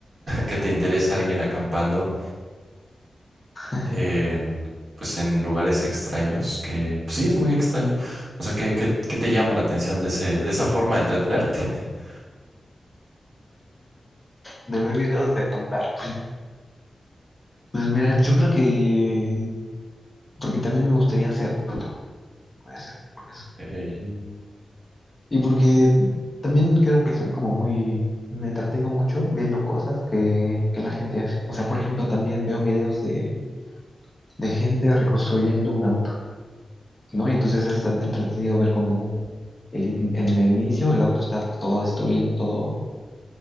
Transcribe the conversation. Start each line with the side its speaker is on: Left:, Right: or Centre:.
Right: que te interese alguien acampando
Left: <laughs>
Right: en, pues en lugares extraños, que pues sí es muy extraño. O sea, ¿qué, qué, qué te llama la atención de ese, de esa forma de entretenerte? <laughs>
Left: De ver videos de acampar. Pues mira, yo creo que, porque también me gustaría hacerlo. Puede ser por eso.
Right: Eh, Mm,
Left: Y porque también creo que soy como muy, me entretengo mucho viendo cosas que, que la gente hace. O sea, por ejemplo, también veo videos de, de gente reconstruyendo una montaña ¿no? Y entonces es entretenido ver cómo el en el inicio el auto está todo destruido, todo,